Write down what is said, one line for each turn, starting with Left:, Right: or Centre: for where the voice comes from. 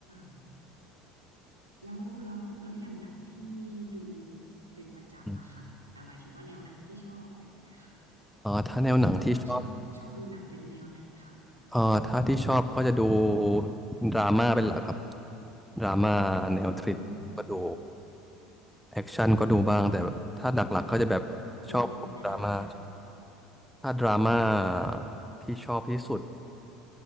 Right: าแล้วแล้วแล้วอย่างหนังที่ดูเป็นประจำอะค่ะอ่าหมายถึงว่าแนวหนังที่ชอบอะไรอย่างเงี้ยค่ะ
Centre: อืมเออถ้าแนวหนังที่ชอบ
Right: คุณว่าชอบชอบดูหนังเป็นแนวไหนคะ
Centre: เออถ้าที่ชอบก็จะดูดราม่าเป็นหลักครับดราม่าแนวทริลก็ดู
Right: อืม
Centre: แอคชั่นก็ดูบ้างแต่แบบถ้าหลักๆก็จะแบบชอบดราม่า
Right: มีเป็นแนะนำไหมคะ
Centre: ถ้าดราม่าที่ชอบที่สุด